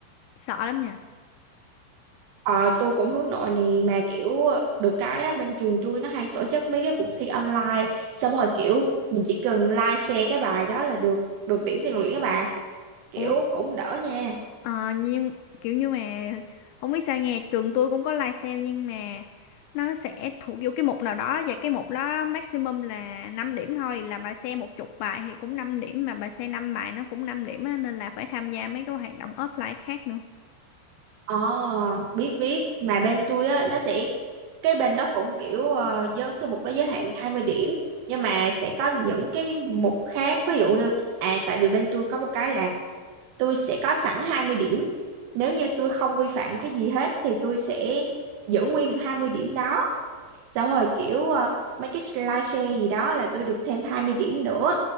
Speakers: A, on the left (about 80°); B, on the right (about 80°).
A: sợ lắm nhỉ
B: ờ, tôi cũng hướng nội nè mà kiểu được cái á, bên trường tôi nó hay tổ chức mấy cái cuộc thi online xong rồi kiểu mình chỉ cần like share cái bài đó là được được điểm rèn luyện các bà kiểu
A: Ôi,
B: cũng đỡ nha
A: ờ, nhưng kiểu như mà không biết sao nghe trường tôi cũng có live sale nhưng mà nó sẽ thuộc vô cái mục nào đó và cái mục đó maximum là 5 điểm thôi là bà xem một chục bài thì cũng 5 điểm mà bà xem 5 bài nó cũng 5 điểm á, nên là phải tham gia mấy cái hoạt động offline khác nữa.
B: Ờ, biết biết mà bên tôi á nó sẽ cái bên nó cũng kiểu ờ, giới cái mục đó giới hạn 20 điểm nhưng mà sẽ có những cái mục khác ví dụ như à tại vì bên tôi có một cái là tôi sẽ có sẵn 20 điểm nếu như tôi không vi phạm cái gì hết thì tôi sẽ giữ nguyên được 20 điểm đó xong rồi kiểu ờ, mấy cái slideshare gì đó là tôi được thêm 20 điểm nữa